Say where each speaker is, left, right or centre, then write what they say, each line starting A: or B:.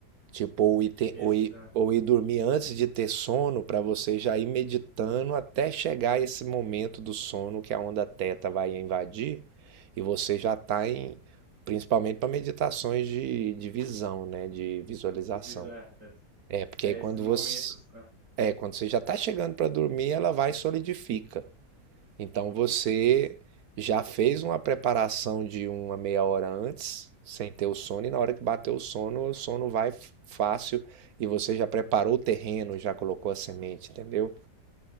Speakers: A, on the right; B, on the right.
A: Tipo, ou ir, ter-
B: Esse,
A: ou ir,
B: ah,
A: ou ir dormir antes de ter sono para você já ir meditando até chegar esse momento do sono que a onda teta vai invadir e você já tá em, principalmente para meditações de, de visão, né, de visualização.
B: esses, ah,
A: É, porque
B: é,
A: aí
B: é,
A: quando
B: esses momentos.
A: você,
B: ah,
A: é, quando você já tá chegando para dormir, ela vai e solidifica. Então você já fez uma preparação de uma meia hora antes, sem ter o sono, e na hora que bateu o sono, o sono vai f- fácil e você já preparou o terreno, já colocou a semente, entendeu?